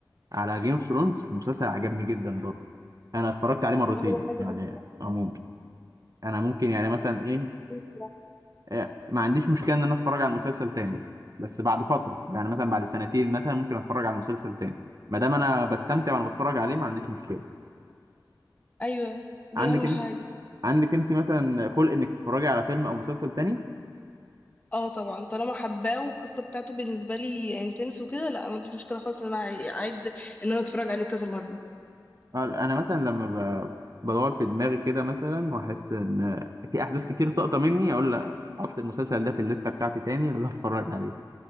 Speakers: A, on the right; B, on the left.
A: على جيم اوف ثرونز المسلسل عجبني جدا برضه انا اتفرجت عليه مرتين
B: هو حلو
A: يعني
B: قوي
A: عموما انا ممكن يعني مثلا ايه
B: الصراحه
A: إيه، ما عنديش مشكله ان انا اتفرج على المسلسل تاني بس بعد فتره يعني مثلا بعد سنتين مثلا ممكن اتفرج على المسلسل تاني ما دام انا بستمتع وانا بتفرج عليه ما عنديش مشكله
B: ايوه دي
A: عندك
B: اهم
A: انت
B: حاجه
A: عندك انت مثلا خلق انك تتفرجي على فيلم او مسلسل تاني
B: اه طبعا طالما حباه والقصه بتاعته بالنسبه لي انتنس وكده لا ما عنديش مشكله خالص ان انا اعيد ان انا اتفرج عليه كذا مره
A: آه، انا مثلا لما ب... بدور في دماغي كده مثلا واحس ان في احداث كتير ساقطه مني اقول لا احط المسلسل ده في الليسته بتاعتي تاني اللي هتفرج عليه